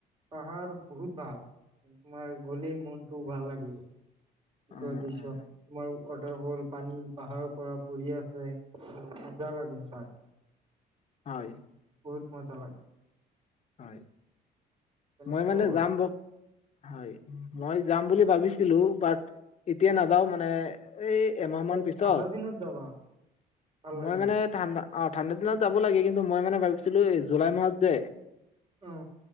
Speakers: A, on the right; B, on the left.
A: পাহাৰ বহুত ভাল। তোমাৰ, গ'লেই মনটো ভাল লাগিব। <unintelligible>
B: উম
A: দৃশ্য,
B: উম
A: তোমাৰ ৱাটাৰ ফল, পানী। পাহাৰৰ পৰা পৰি আছ <unintelligible> লাগে চাই।
B: হয়।
A: বহুত ম'জা লাগে।
B: হয়।
A: তেনেকুৱা
B: মই মানে যাম ব হয়, মই যাম বুলি ভাবিছিলো। বাট এতিয়া নাযাওঁ মানে। এই, এমাহ
A: তে'
B: মান পিছত
A: ঠাণ্ডা দিনত যাবা, ভাল লাগিব।
B: মই মানে ঠাণ্ডা অ', ঠাণ্ডা দিনত যাব লাগে, কিন্তু মই মানে ভাবিছিলো এই জুলাই মাহত যে
A: অ